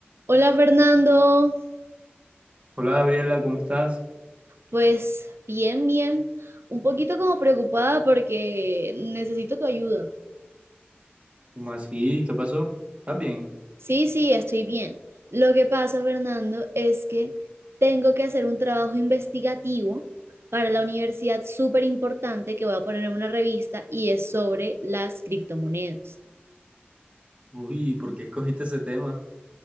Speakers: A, on the right; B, on the right.
A: Hola Fernando,
B: Hola Gabriela, ¿cómo estás?
A: pues bien, bien, un poquito como preocupada porque necesito tu ayuda.
B: ¿Cómo así? ¿Qué pasó? ¿Estás bien?
A: Sí, sí, estoy bien. Lo que pasa, Fernando, es que tengo que hacer un trabajo investigativo para la universidad súper importante que voy a poner en una revista y es sobre las criptomonedas.
B: Uy, ¿por qué escogiste ese tema?